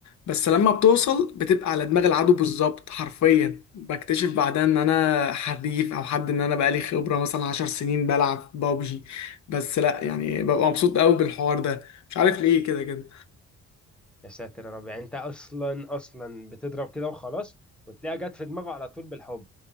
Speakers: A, on the left (about 65°); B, in the centre.
A: بس لما بتوصل بتبقى على دماغ العدو بالظبط حرفيا بكتشف بعدها ان انا حريف او حد ان انا بقالي خبره مثلا عشر سنين بلعب بابجي بس لا يعني ببقى مبسوط قوي بالحوار ده مش عارف ليه كده كده
B: يا ساتر يا رب يعني انت اصلا اصلا بتضرب كده وخلاص وتلاقيها جت في دماغه على طول بالحب